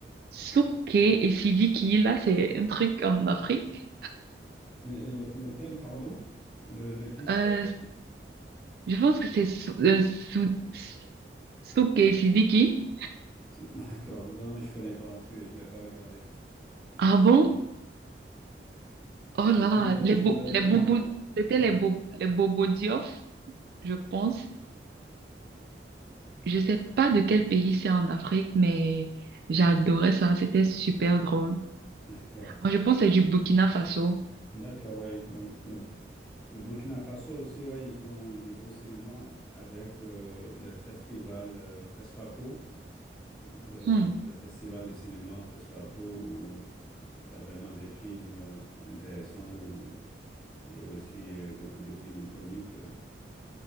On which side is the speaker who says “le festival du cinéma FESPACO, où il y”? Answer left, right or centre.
Centre